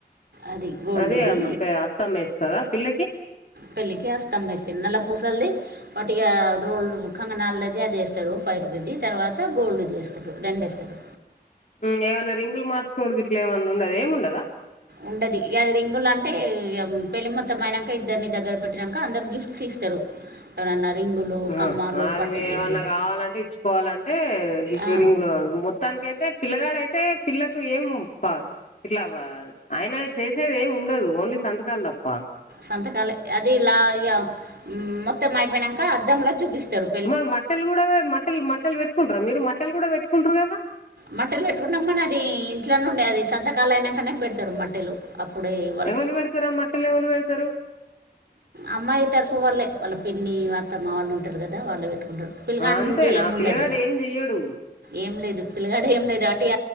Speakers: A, on the right; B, on the left.
A: అది గోల్డ్ది
B: అదే అత్ అత్తమ్మ ఏస్తుందా ఆ పిల్లకి
A: పెళ్లికేస్తామ్మాయ్ నల్ల పూసల్ది వట్టిగా రోల్డ్ కంగనల్ది అది ఏస్తడు ఫైవ్ రూపీస్ది, తర్వాత గోల్డ్ది ఏస్తడు రెండు ఏస్తడు
B: ఇంగేమన్నా రింగులు మార్చుకునుడు గిట్ల ఏమన్నా ఉండద్ ఏం ఉండదా
A: ఉండది ఇగది రింగులు అంటే ఇగ పెళ్లి మొత్తం అయినంక ఇద్దరిని దగ్గర పెట్టినంక అందరు గిఫ్ ఫ్ట్స్ ఇస్తరు ఎవరన్న రింగులు లు
B: ఆ
A: కమ్మాలు
B: అది
A: పట్టీలు
B: వేవన్నా
A: ఇది
B: కావాలంటే ఇచ్చుకోవాలంటే గివ్వే
A: ఆ
B: రింగులు మొత్తానికయితే పిల్లగాడయితే పిల్లకు ఏం ప ఇట్ల వా ఆయన చేసేది ఏం ఉండదు ఓన్లీ సంతకాలు తప్ప
A: సంతకాలె అది లా ఇగ మొత్తం అయిపోయినంక అద్దంల చూపిస్తడు
B: మా మట్టలు కూడ వే మట్టలు మట్టలు పెట్టుకుంటర మీరు మట్టలు కూడ పెట్టుకుంటరు గదా
A: మట్టెలు పెట్టుకుంటాం మన అదీ ఇంట్ల నుండే అది సంతకాలయినంకనే పెడతరు మట్టెలు అప్పుడే ఏ
B: ఎవల్ పెడతరు ఆ మట్టలు ఎవరు పెడతరు
A: అమ్మాయి తరఫు వాళ్ళే వాళ్ళ పిన్ని, అత్తమ్మ వాళ్ళు ఉంటరు గదా వాళ్ళే పెట్టుకుంటరు పిల్లగాంది
B: అంతేనా
A: ఏం ఉండదు,
B: పిల్లగాడు ఏం చెయ్యడు
A: ఏం లేదు పిల్లగాడు ఏం లేదు వట్టిగ